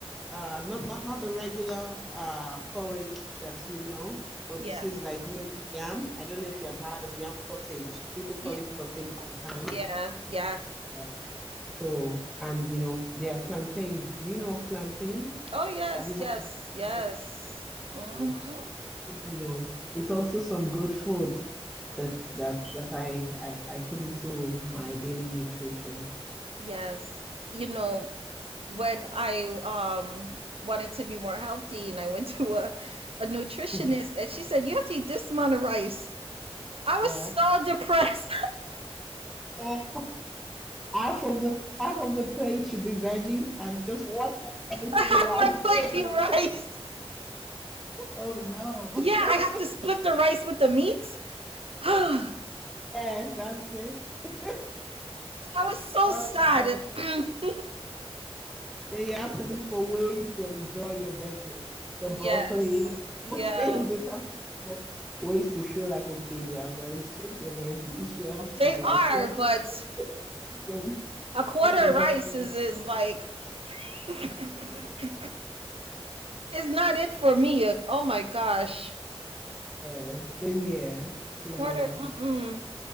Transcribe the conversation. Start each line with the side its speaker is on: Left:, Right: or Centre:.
Centre: Uh, not not not the regular uh porridge that you know, but
Right: Yeah.
Centre: this is like made with yam. I don't know if you have heard of yam pottage. People call
Right: Yeah.
Centre: it pottage sometimes.
Right: Yeah. Yeah.
Centre: Yeah. So, and you know, there are plantains. Do you know of plantains?
Right: Oh yes.
Centre: Have you had
Right: Yes. Yes.
Centre: them?
Right: Mhm.
Centre: So, you know, it's also some good food that's that that I I, I put into my daily nutrition.
Right: Yes. You know, when I um wanted to be more healthy and I went <laughs> to a, a nutritionist
Centre: Hmm,
Right: and she said, You have to eat this amount of rice. I was
Centre: Yeah.
Right: so depressed.
Centre: Yeah. Half of the half of the plate should be veggies and just one half of it
Right: <laughs> half
Centre: should be rice.
Right: my
Centre: <laughs>
Right: plate be rice.
Centre: Oh no.
Right: Yeah,
Centre: Oh no.
Right: I have
Centre: <laughs>
Right: to split the rice with the meat. <sighs> I
Centre: Yes, that's it. <laughs>
Right: was so
Centre: Oh
Right: sad.
Centre: no.
Right: <clears throat>
Centre: Then you have to look for ways to enjoy your veggies. The
Right: yes.
Centre: broccoli,
Right: Yeah.
Centre: <laughs> you just have for ways to feel like okay, they are very sweet, they're very delicious,
Right: They
Centre: you like
Right: are,
Centre: it.
Right: but
Centre: <laughs> If You're
Right: a quarter
Centre: not enjoying
Right: of rice
Centre: it.
Right: is, is like <clears throat> is not it for me. Oh my gosh.
Centre: Yeah, same here, same
Right: Quarter
Centre: here.
Right: mm-mm.